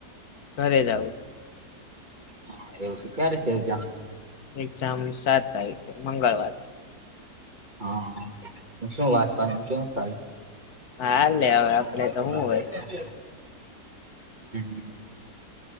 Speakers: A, on the left; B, on the right.
A: ઘરે જાઉ
B: હા, એવું સે ક્યારે છે એક્ઝામ?
A: એક્ઝામ સાત તારીખે મંગળવાર.
B: હા, શું વાસવાનું એમ કેવું ચાલે?
A: હાલે હવે આપડે
B: <unintelligible>
A: તો હું હોય
B: હ